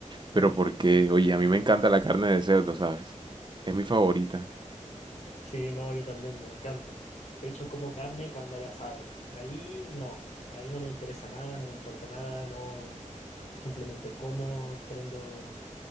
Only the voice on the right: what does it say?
Pero porque, oye, a mí me encanta la carne de cerdo, ¿sabes? Es mi favorita.